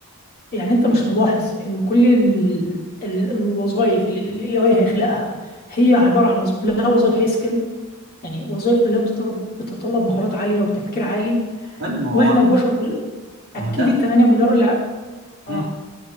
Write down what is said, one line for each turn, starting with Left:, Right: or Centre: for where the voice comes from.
Left: يعني انت مش ملاحظ ان كل ال... ال... الوظائف اللي الاي اي هيخلقها هي عبارة عن وظ... كلها وظائف هاي سكيل يعني وظائف كلها بتطلب بتتطلب مهارات عالية وتفكير عالي
Right: طيب ما هو
Left: واحنا البشر كل اكيد
Right: ما هو ده
Left: ال 8 مليار اللي اه
Right: مم.